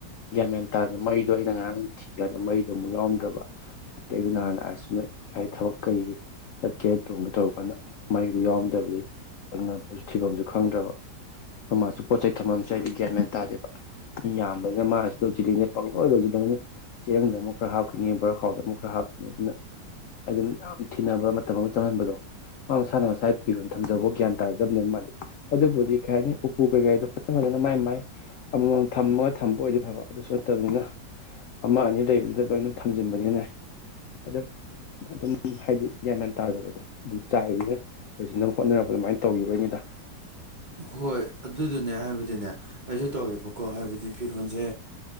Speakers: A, on the left; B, on the right.
A: ꯒ꯭ꯌꯥꯃꯦꯟ ꯇꯥꯗꯅ ꯃꯩꯔꯤꯗꯣ ꯑꯩꯅ ꯉꯔꯥꯡ ꯊꯤꯀꯥꯟꯗ ꯃꯩꯔꯤꯗꯣ ꯑꯃꯨꯛ ꯌꯥꯎꯝꯗ꯭ꯔꯕ ꯑꯇꯩ ꯑꯩ ꯑꯗꯨ ꯅꯍꯥꯟ ꯑꯁꯥꯏ ꯍꯥꯏꯗꯤ ꯊꯕꯛ ꯀꯩꯒꯤ ꯆꯠꯀꯦ ꯇꯣꯡꯒꯦ ꯇꯧꯔꯀꯥꯟꯗ ꯃꯔꯤꯗꯨ ꯌꯥꯎꯔꯝꯗꯕꯗꯥꯒꯤ ꯍꯪꯅꯕꯗꯁꯨ ꯊꯤꯕꯝꯁꯨ ꯈꯪꯗ꯭ꯔꯕ ꯃꯃꯥꯁꯨ ꯄꯣꯠ ꯆꯩ ꯊꯝꯃꯝꯦ ꯍꯥꯏꯗꯤ ꯒꯌꯥꯃꯦꯟ ꯇꯥꯗꯦꯕ ꯌꯥꯝꯕꯅꯤꯅ ꯃꯥꯅꯁꯤ ꯂꯣꯏꯁꯤꯜꯂꯤꯅꯦ ꯄꯪꯣꯏ ꯂꯣꯏꯁꯤꯅꯤ ꯆꯔꯪꯗ ꯑꯃꯨꯛ ꯈꯔ ꯍꯥꯞꯀꯅꯤ ꯕꯣꯔꯈꯥꯎꯗ ꯑꯃꯨꯛ ꯈꯔ ꯍꯥꯞꯀꯅꯤ ꯑꯗꯨꯅ ꯑꯗꯨꯝ ꯌꯥꯝ ꯊꯤꯅꯕ ꯃꯇꯝ ꯑꯃ ꯆꯪꯍꯟꯕꯗꯣ ꯃꯥ ꯃꯁꯥꯅ ꯃꯁꯥ ꯄꯤꯔꯣ ꯊꯝꯖꯕ ꯒ꯭ꯌꯥꯟ ꯇꯥꯖꯗꯕꯅꯦꯅ ꯃꯥꯗꯤ ꯑꯗꯨꯕꯨꯗꯤ ꯀꯩ ꯍꯥꯏꯅꯤ ꯎꯄꯨ ꯀꯩꯀꯩꯗꯣ ꯐꯖ ꯐꯖꯅ ꯃꯥꯏ ꯃꯥꯏ ꯑꯃꯃꯝ ꯊꯝꯃꯒ ꯊꯝꯕ ꯑꯣꯏꯗꯤꯦ ꯐꯕ ꯑꯗꯨꯁꯨ ꯅꯠꯇꯕꯅꯤꯅ ꯑꯃ ꯑꯅꯤ ꯂꯩꯕꯗꯨꯗ ꯂꯣꯏꯅ ꯊꯝꯖꯤꯟꯕꯅꯤꯅꯦ ꯑꯗꯨꯝ ꯑꯗꯨꯝ ꯍꯥꯏꯗꯤ ꯒ꯭ꯟꯌꯥꯟ ꯇꯥꯕꯗꯣ ꯑꯗꯨꯝ ꯆꯥꯏꯕ ꯐꯣꯏꯖꯅꯕ ꯍꯣꯠꯅꯔꯛꯄ ꯑꯗꯨꯃꯥꯏꯅ ꯇꯧꯈꯤꯕꯩꯅꯤꯗ
B: ꯍꯣꯏ ꯑꯗꯨꯗꯨꯅꯦ ꯍꯥꯏꯕꯗꯤꯅꯦ ꯑꯩꯁꯨ ꯇꯧꯋꯦꯕꯀꯣ ꯍꯥꯏꯕꯗꯤ ꯐꯤꯔꯣꯜꯁꯦ